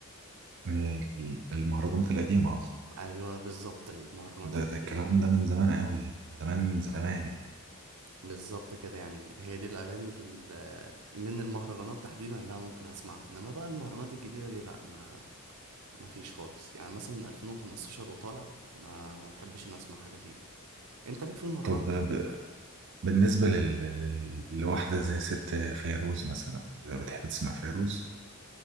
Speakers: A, on the right; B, on the right.
A: ال- المهرجانات القديمه قصدي
B: ايوه بالظبط المهرجانات
A: ده,
B: القديمه
A: ده الكلام ده من زمان قوي زمان زمان يعني
B: بالظبط كده يعني هي دي الاغاني ال- من المهرجانات تحديدا لا ممكن اسمعها انما بقى المهرجانات الجديده دي لا ما ما فيش خالص يعني مثلا من 2015 وطالع ما ما بحبش اني اسمع حاجه فيهم انت ليك في المهرجانات
A: طب ب... بالنسبه لل... لل... لواحده زي ست فيروز مثلا بتحب تسمع فيروز